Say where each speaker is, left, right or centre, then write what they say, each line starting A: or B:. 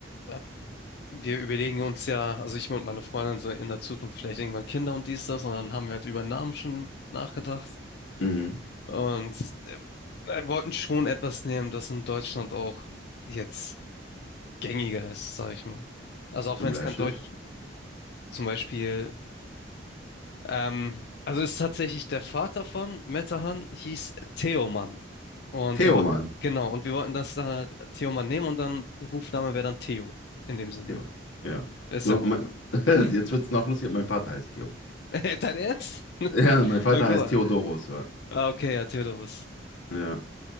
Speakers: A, on the left; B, on the left.
A: hab- wir überlegen uns ja, also ich und meine Freundin so in der Zukunft vielleicht irgendwann Kinder und dies, das, und dann haben wir halt über Namen schon nachgedacht
B: Mhm,
A: und äh, wir wollten schon etwas nehmen, das in Deutschland auch jetzt gängiger ist, sag ich mal. Also auch
B: zum
A: wenn
B: Bleistift.
A: es kein Deutsch, zum Beispiel Ähm, also ist tatsächlich der Vater von Metahan, hieß Theoman. Und
B: Theo,
A: wir wollten,
B: Mann.
A: genau, und wir wollten das dann halt Theoman nehmen und dann Rufname wäre dann Theo in dem Sinne.
B: Theo, ja.
A: Ist
B: So,
A: ja auch.
B: mein, <laughs> jetzt wird's noch lustiger, mein Vater heißt Theo.
A: <laughs> Dein Ernst?
B: Ja, mein Vater
A: Ja, gut.
B: heißt Theodorus. ja.
A: Ah, Okay, ja, Theodorus.
B: Ja,